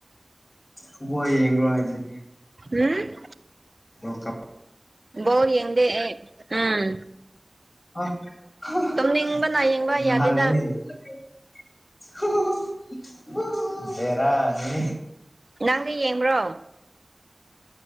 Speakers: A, on the left (about 70°); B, on the right (about 45°).
A: ꯐꯨꯠꯕꯣꯜ ꯌꯦꯡꯕ꯭ꯔꯣ ꯍꯥꯏꯕꯅꯤ꯫
B: ꯍꯨꯝ꯫
A: ꯋꯥꯜꯀꯞ꯫
B: ꯕꯣꯜ ꯌꯦꯡꯗꯦ ꯑꯩ ꯎꯝ꯫
A: <unintelligible>
B: ꯇꯨꯝꯅꯤꯡꯕꯅ ꯌꯦꯡꯕ
A: ꯅꯥꯜꯂꯤꯍꯦ꯫
B: ꯌꯥꯗꯦꯗ
A: <unintelligible> ꯕꯦꯔꯥꯅꯤꯍꯦ꯫
B: ꯅꯪꯗꯤ ꯌꯦꯡꯕ꯭ꯔꯣ?